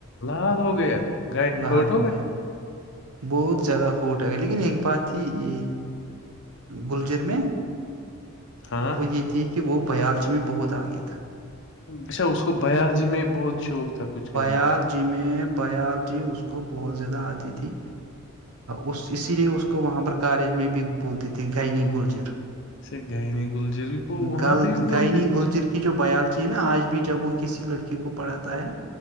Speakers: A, on the left; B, on the right.
A: لال ہو گیا گائنی
B: لاحال
A: ہرٹ
B: ہو گیا بہت زیادہ ہوٹ ہے گ لیکن ایک بات تھی یہ گلجیر میں
A: ہاں
B: وہ یہ تھی کہ وہ بایالوجی میں بہت آ گئی
A: اچھا اس کو بیالوجی میں بہت شوق تھا کچھ کرنے
B: بایالوجی
A: کا
B: میں بایالوجی اس کو بہت زیادہ آتی تھی اس اسی لیے اس کو وہاں پر کالج میں بھی بولتے تھے گنی گلجر
A: اس گائنی گلجر بھی وہ وہاں
B: گ
A: پہ بھی
B: گائنی
A: بولتے تھے
B: گلجر
A: اس کو
B: کی جو بایولوجی ہے نا آج بھی جب وہ کسی لڑکی کو پڑھاتا ہے